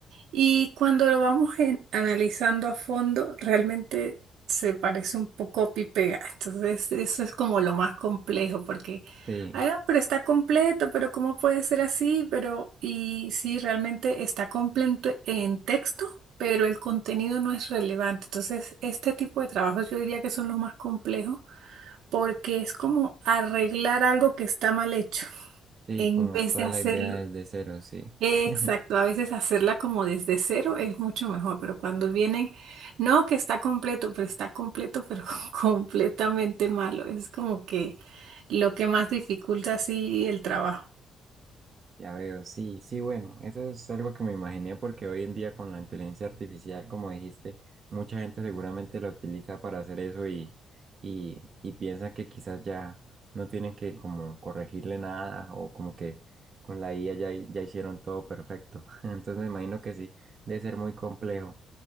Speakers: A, on the right (about 80°); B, on the right (about 45°).
A: y cuando lo vamos en- analizando a fondo, realmente se parece un poco copy y pega. Entonces, eso es como lo más complejo, porque,
B: sí,
A: ah, pero está completo, pero ¿cómo puede ser así? Pero, y sí, realmente está completo en texto, pero el contenido no es relevante. Entonces, este tipo de trabajos yo diría que son los más complejos, porque es como arreglar algo que está mal hecho
B: sí,
A: en
B: como
A: vez
B: toda
A: de hacerlo.
B: la idea desde cero, sí.
A: Exacto,
B: <laughs>
A: a veces hacerla como desde cero es mucho mejor, pero cuando vienen, no que está completo, pero está completo, pero <laughs> completamente malo. Es como que lo que más dificulta así el trabajo.
B: Ya veo, sí, sí, bueno, eso es algo que me imaginé porque hoy en día con la inteligencia artificial, como dijiste, mucha gente seguramente la utiliza para hacer eso y, y, y piensa que quizás ya no tienen que como corregirle nada o como que con la IA ya, hi- ya hicieron todo perfecto. <laughs> Entonces me imagino que sí, debe ser muy complejo.